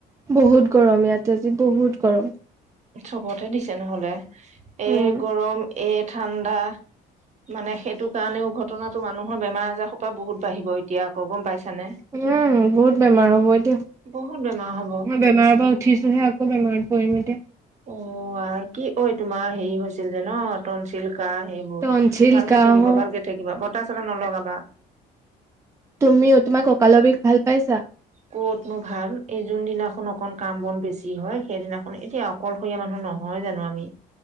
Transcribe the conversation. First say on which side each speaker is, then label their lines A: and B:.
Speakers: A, on the right; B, on the right.
A: বহুত গৰম, ইয়াত আজি বহুত গৰম।
B: চবতে দিছে নহ'লে। এ
A: উম
B: গৰম এ ঠাণ্ডা মানে সেইটো কাৰণেও ঘটনাটো মানুহৰ বেমাৰ আজাৰ সোপা বহুত বাঢ়িব এতিয়া আকৌ গম পাইছানে।
A: উম, বহুত বেমাৰ হ'ব এতিয়া মই
B: বহুত বেমাৰ হ'ব।
A: বেমাৰৰ পৰা উঠিছোহে আকৌ বেমাৰত পৰিম এতিয়া।
B: অ', আও কি ঐ তোমাৰ হেৰি হৈছিল যে ন' তনছিল। কাঁহ সেইবোৰ
A: টনচিল
B: ভালকে
A: কাহ
B: থাকিবা, ভালকে থাকিবা বতাহ চতাহ নলগাবা।
A: তুমিও, তোমাৰ ককালৰ বিষ ভাল পাইছা?
B: ক'তনো ভাল। এই যোন দিনাখন অকন কাম বন বেছি হয়, সেইদিনাখন এতিয়া অকলশৰীয়া মানুহ নহয় জানো আমি।